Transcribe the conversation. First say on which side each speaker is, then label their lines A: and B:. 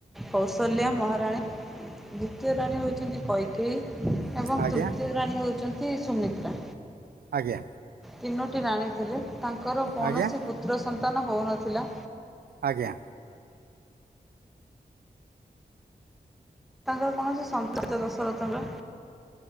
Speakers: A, in the centre; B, on the right.
A: କୌଶଲ୍ୟା ମହାରାଣୀ। ଦ୍ୱିତୀୟ ରାଣୀ ହେଉଛନ୍ତି କୈକେୟୀ ଏବଂ
B: ଆଜ୍ଞା
A: ତୃତୀୟ ରାଣୀ ହେଉଛନ୍ତି ସୁମିତ୍ରା।
B: ଆଜ୍ଞା
A: ତିନୋଟି ରାଣୀ ଥିଲେ। ତାଙ୍କର କୌଣସି
B: ଆଜ୍ଞା
A: ପୁତ୍ର ସନ୍ତାନ- ନ୍ତାନ ହଉନଥିଲା।
B: ଆଜ୍ଞା।
A: ତାଙ୍କର କୌଣସି ସନ୍ତାନ ନଥିବାରୁ ଦଶରଥଙ୍କ-